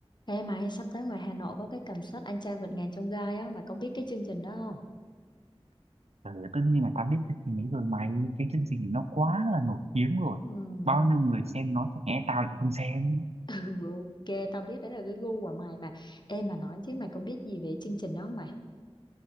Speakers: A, on the left; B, on the right.
A: Ê mày, sắp tới ngoài Hà Nội có cái concert Anh trai vượt ngàn chông gai á, mày có biết cái chương trình đó không?
B: Ờ, tất nhiên là tao biết chương trình ấy rồi mày cái chương trình ấy nó quá là nổi tiếng rồi
A: Ừm,
B: bao nhiêu
A: <laughs>
B: người xem nó chẳng lẽ tao lại không xem
A: Ừ, ok, tao biết đấy là cái gu của mày mà. Ê mà nói chứ mày có biết gì về chương trình đó không mày?